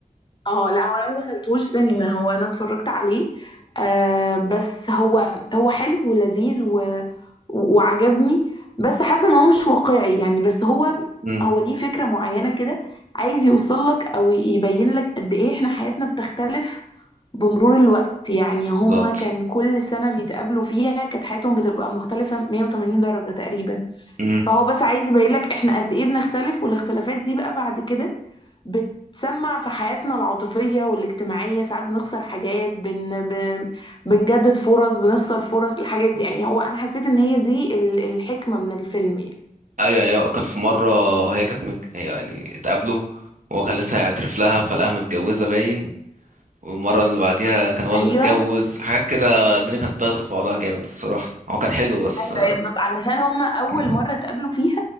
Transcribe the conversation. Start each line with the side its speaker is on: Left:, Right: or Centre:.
Left: اه لا هو انا ما دخلتوش سينما هو انا اتفرجت عليه آه بس هو هو حلو ولذيذ و... وعجبني بس حاسه ان هو مش واقعي يعني بس هو
Right: امم
Left: هو ليه فكره معينه كده عايز يوصل لك او يبين لك قد ايه احنا حياتنا بتختلف بمرور الوقت يعني هما
Right: بالظبط
Left: كان كل سنه بيتقابلوا فيها كانت حياتهم بتبقى مختلفه 180 درجه تقريبا
Right: امم
Left: فهو بس عايز يبين لك احنا قد ايه بنختلف والاختلافات دي بقى بعد كده بتسمع في حياتنا العاطفية والاجتماعية ساعات بنخسر حاجات بن... ب- بنجدد فرص بنخسر فرص الحاجات دي يعني هو أنا حسيت إن هي دي ال- الحكمة من الفيلم يعني
Right: ايوه يعني هو كان في مره هي كانت مج... يعني اتقابلوا وهو كان لسه هيعترف لها فلقاها متجوزه باين والمره اللي بعديها كان هو اللي
Left: ايوه
Right: متجوز حاجات كده الدنيا كانت داخله في بعضها جامد الصراحه هو كان حلو بس
Left: أيوة بالظبط علشان هما اول
Right: مم.
Left: مره اتقابلوا فيها